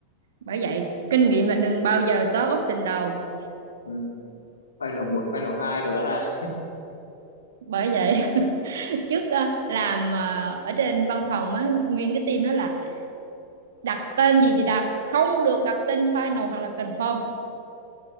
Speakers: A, on the right (about 60°); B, on the left (about 70°).
A: bởi vậy kinh nghiệm là đừng bao giờ xóa option đầu
B: ừ. final một final hai rồi đó ha
A: bởi vậy trước ờ, làm ờ, ở trên văn phòng á nguyên cái team đó là đặt tên gì thì đặt không được đặt tên final hoặc là confirm